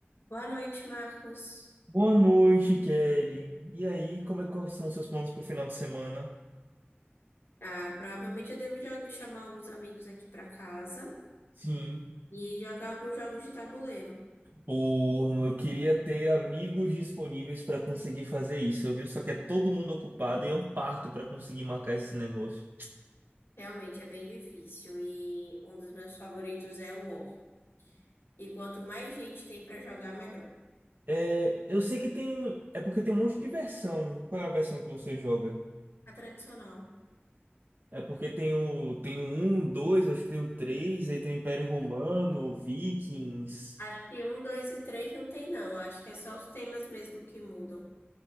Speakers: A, on the left (about 75°); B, on the right (about 55°).
A: Boa noite, Marcos.
B: Boa noite, Kelly. E aí, como é que são os seus planos para o final de semana?
A: Ah, provavelmente eu devo jo- chamar alguns amigos aqui para casa
B: Sim.
A: e jogar alguns jogos de tabuleiro.
B: Pô, eu queria ter amigos disponíveis para conseguir fazer isso, viu? Só que é todo mundo ocupado e é um parto para conseguir marcar esse negócio.
A: Realmente é bem difícil e um dos meus favoritos é o War. E quanto mais gente tem para jogar, melhor.
B: É, eu sei que tem. É porque tem um monte de versão. Qual é a versão que você joga?
A: A tradicional.
B: É porque tem o, tem o 1, 2, acho que tem o 3, aí tem o Império Romano, Vikings.
A: Acho que um, dois e três não tem, não. Acho que é só os temas mesmo que mudam.